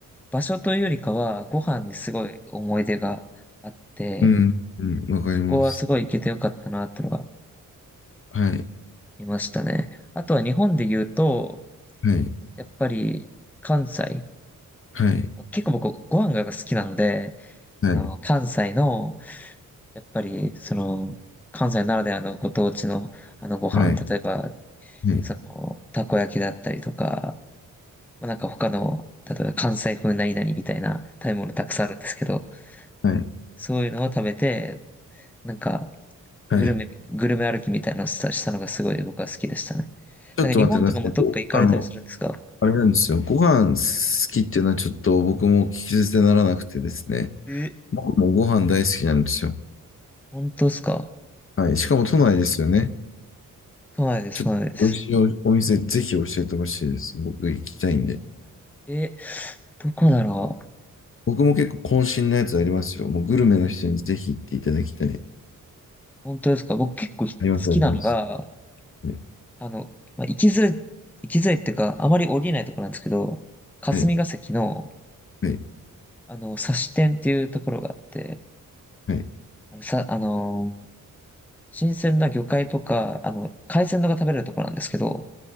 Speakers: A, in the centre; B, on the left (about 40°).
A: 場所というよりかは、ご飯にすごい思い出があって、
B: うん。うん。わかります。
A: そこはすごい行けてよかったなってのが
B: はい。
A: 見ましたね。あとは日本で言うと、
B: はい。
A: やっぱり関西。
B: はい。
A: 結構僕ご飯が好きなので、
B: はい。
A: あの、関西の、やっぱり、その、関西ならではのご当地のあのご飯、
B: はい。
A: 例えば
B: はい。
A: その、たこ焼きだったりとか、まあ、なんか他の、例えば関西風何々みたいな食べ物たくさんあるんですけど、
B: はい。
A: そういうのを食べて、なんか、
B: はい。
A: グルメ、グルメ歩きみたいなのをしたしたのがすごい僕は好きでしたね。
B: ちょっと待ってください。
A: なんか日本とかもどっか行かれたりするんですか
B: あの、あれなんですよ。ご飯好きっていうのはちょっと僕も聞き捨てならなくてですね。
A: え、
B: 僕もご飯大好きなんですよ。
A: 本当ですか
B: はい。しかも都内ですよね。
A: 都内です、
B: ちょっと美味しいおお店ぜひ教えてほしいです。
A: 都内です。
B: 僕行きたいんで。
A: え、どこだろう
B: 僕も結構渾身のやつありますよ。もうグルメの人にぜひ行っていただきたい。
A: 本当ですか僕結構ひ好きなのが、
B: あります、あります。ね
A: あの、まあ、行きづらい、行きづらいっていうか、あまり降りないところなんですけど、霞が関の、
B: はい。はい。
A: あの、刺し店っていうところがあって、
B: はい。
A: あの、さ、あの、新鮮な魚介とか、あの、海鮮のが食べれるところなんですけど、